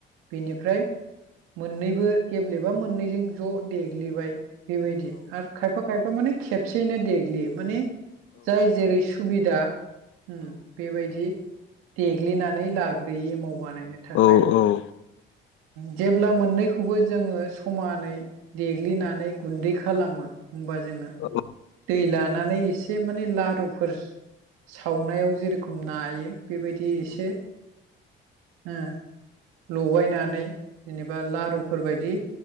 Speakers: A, on the right (about 80°); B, on the left (about 65°).
A: बेनिफ्राय मोननैबो गेब्लेबा मोननैजों ज' देग्लिबाय। बेबायदि आरो खायफा खायफा माने खेबसेयैनो देग्लियो माने जाय जेरै सुबिदा उम बेबायदि देग्लिनानै लाग्रोयो एमाव बानायनो थाखाय
B: औ औ
A: जेब्ला मोननैखौबो जोङो समानै देग्लिनानै गुन्दै खालामो ओमबा जोङो
B: औ
A: दै लानानै एसे माने लारुफोर सावनायाव जेरखम नायो बेबायदि एसे उम लगायनानै जेनेबा लारुफोरबायदि